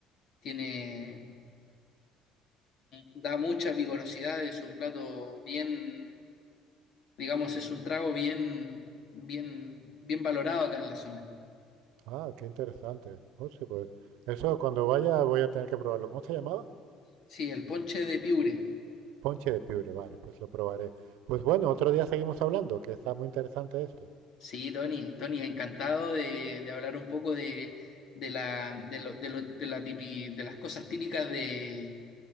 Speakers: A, on the left (about 60°); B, on the right (about 80°).
A: tiene, da mucha vigorosidad, es un plato bien, digamos, es un trago bien, bien, bien valorado acá en la zona.
B: Ah, qué interesante. Oh, sí, pues eso cuando vaya voy a tener que probarlo. ¿Cómo se llamaba?
A: Sí, el ponche de Piure.
B: Ponche de piure, vale, pues lo probaré. Pues bueno, otro día seguimos hablando, que está muy interesante esto.
A: Sí, Tony, Tony, encantado de, de hablar un poco de, de la, de lo- de lo- de la tipi- de las cosas típicas de,